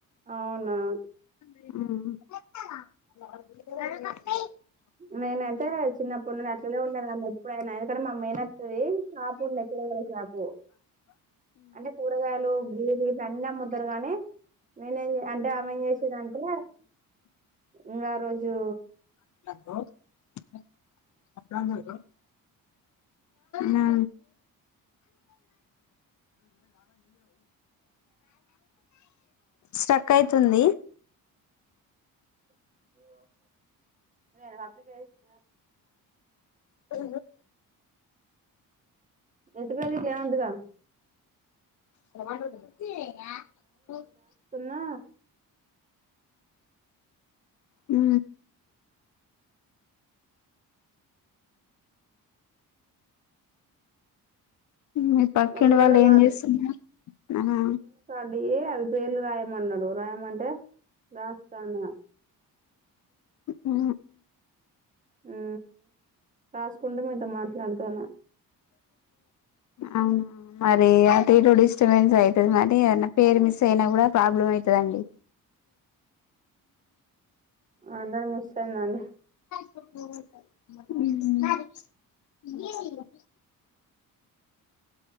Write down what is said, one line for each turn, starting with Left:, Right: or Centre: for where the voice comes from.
Right: అవునా
Left: చె
Right: నేనైతే చిన్నప్పుడు నుండి ఉన్నది ఎప్పుడైనా ఆయనకడా మామేనత్త ది షాప్ ఉన్నది కూరగాయల షాపు. అంటే కూరగాయలు బీడి ఈట్లా అన్నీ అమ్ముతరు గాని నేనే అంటే పానీ చేసేదంటే ఉన్న ఆ రోజు
Left: హలో మా స్టక్ ఐతుంది
Right: అరిచిత ఏది
Left: అ
Right: ఇంటిపేరు గిట్లఏమోదు కదా
Left: ర
Right: నా
Left: ఉ మీ పక్కింటి
Right: వంద రోజుల
Left: వాళ్ళు ఏం
Right: కార్డు
Left: చేస్తున్నారు ఆ
Right: అది పేర్లు రాయమన్నాడు రాయమంట రాస్తాన
Left: ఉ
Right: ఉ రాసుకుంట మీతో మాట్లాడతానా
Left: అవునా మరి అో డిస్టర్బెన్స్ అవుతుంది మరి ఏద పేరు మిస్ అయినా కూడా ప్రాబ్లమ్ అవుతుందిండి.
Right: అందరూ మస్ అయిందండి
Left: ఉ